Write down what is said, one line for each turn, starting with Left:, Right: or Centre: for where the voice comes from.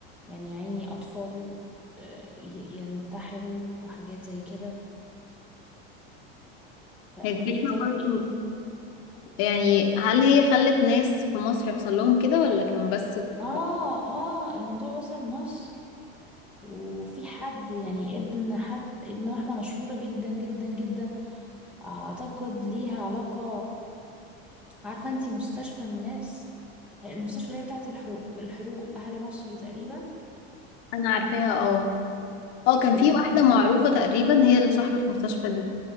Centre: يعني يا عيني أطفال آه، ي- ينتحروا وحاجات زي كده ف- فإيه
Left: هي الفكرة
Centre: طيب
Left: برضه
Centre: إيه
Left: يعني هل هي خلت ناس في مصر يحصل لهم كده ولا كان بس في...
Centre: آه آه الموضوع وصل مصر وفي حد يعني ابن حد ابن واحدة مشهورة جدا جدا جدا أعتقد ليها علاقة عارفة أنتي مستشفى الناس المستشفى اللي هي بتاعت الحر- الحروق أهل مصر تقريبا
Left: انا عارفاها اه اه كان
Centre: ال...
Left: في واحدة معروفة تقريبا هي اللي صاحبة المستشفى دي